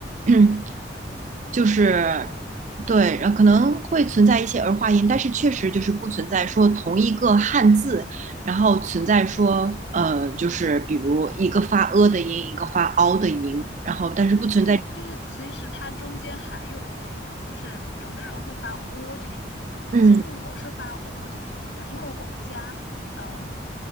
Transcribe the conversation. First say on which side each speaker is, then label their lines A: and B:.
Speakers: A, on the right; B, on the left.
A: <clears throat> 就是
B: 哦
A: 对，然后可能会存在一些儿化音，但是确实就是不存在说同一个汉字，然后存在说呃，就是比如一个发呃的音，一个发凹的音，然后但是不存在。
B: 对，就是其实它中间还有一个音，就是有的人会发 o 这个音，
A: 嗯，
B: 其实我是发 o 这个音的，因为我们家，嗯，